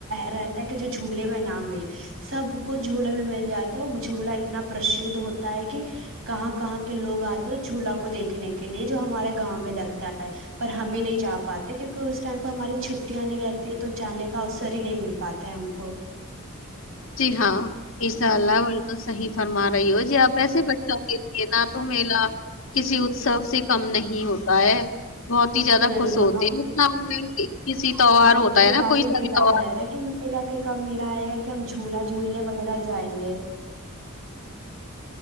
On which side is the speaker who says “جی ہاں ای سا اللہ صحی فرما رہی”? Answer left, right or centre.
Left